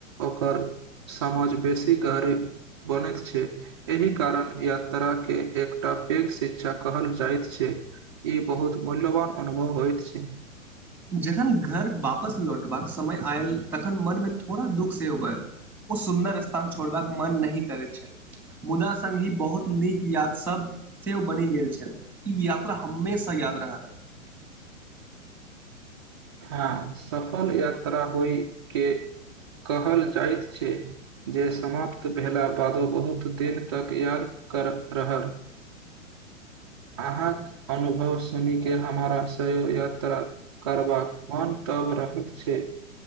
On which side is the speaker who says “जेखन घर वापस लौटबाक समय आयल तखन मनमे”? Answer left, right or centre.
Centre